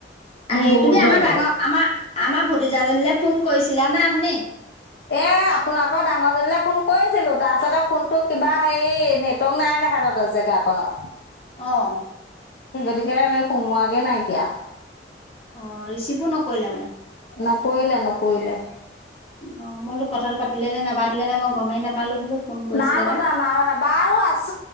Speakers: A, on the left; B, on the left.
A: মোৰ
B: হেৰি
A: বহুত
B: তুমি
A: ভয়
B: আমাৰ
A: লাগে
B: ডাঙৰ আমাৰ আমাৰ ভতিজাজনীলৈ ফোন কৰিছিলানে আপুনি?
A: এ', আপোনোকৰ ডাঙৰজনীলৈ ফোন কৰিছিলো, তাৰপিছতে ফোনটো কিবা হেৰি নেটৱৰ্ক নাই। <inaudible> জেগাখনত
B: অহ!
A: গতিকে সোমোৱাগে নাইকিয়া।
B: অ', ৰিচিভো নকৰিলে মানে?
A: নকৰিলে, নকৰিলে।
B: অ', মই বোলোঁ কথাটো পাতিলে নে নাপাতিলে নে মই গমেই নাপালোঁ বোলো। ফোন কৰিছিলে
A: নাই পতা,
B: তাই
A: নাই পতা। বাৰু, আছ